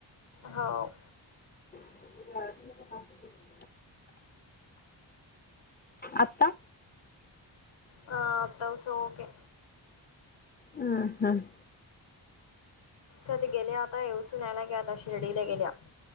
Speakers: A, on the left; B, on the left.
A: हो.
B: का आत्ता
A: हा आतास ओके
B: हम हम
A: आ ते गेल्या आता येवसूनयला ग आता शिर्डीला गेल्या